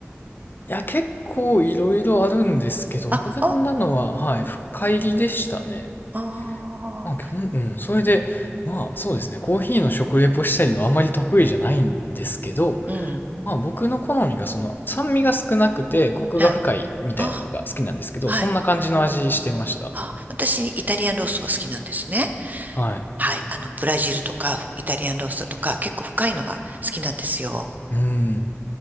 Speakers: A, on the left; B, on the right.
A: いや、結構いろいろあるんですけど、
B: あ、
A: 僕が飲んだのは、
B: あ、
A: はい、深入りでしたね。
B: ああ、
A: まあ、基本、うん、それで、まあ、そうですね、コーヒーの食レポしたりはあまり得意じゃないんですけど、
B: うん、
A: まあ、僕の好みが、その、酸味が少なくて、コクが深いみたいなのが好きなんですけど、
B: はい。あ、はい。
A: そんな感じの味してました。
B: あ、私、イタリアンローストが好きなんですね。
A: はい。
B: はい。あの、ブラジルとか、イタリアンローストとか、結構深いのが好きなんですよ。
A: うん。